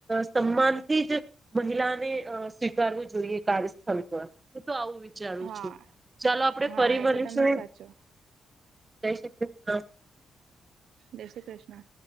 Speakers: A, on the right (about 25°); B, on the right (about 75°).
A: સન્માનથી જ મહિલાને સ્વીકારવું જોઈએ, કાર્યસ્થળ પર આવું વિચારું
B: હા
A: છું ચાલો આપડે
B: હા
A: ફરી
B: એ
A: બનીશું.
B: તો તમે સાચો
A: જય શ્રી કૃષ્ણ
B: જય શ્રી કૃષ્ણ